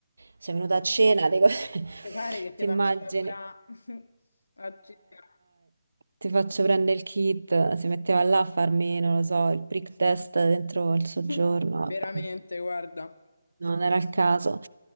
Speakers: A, on the right; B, on the left.
A: sei venuta a cena, dico, <laughs>
B: Ti pare che ti
A: ti
B: faccio
A: immagini.
B: lavorare <laughs> a cena?
A: Ti faccio prendere il kit, si metteva là a farmi, non lo so, il prick test dentro il soggiorno.
B: <laughs>
A: vabbè.
B: Veramente, guarda.
A: Non era il caso.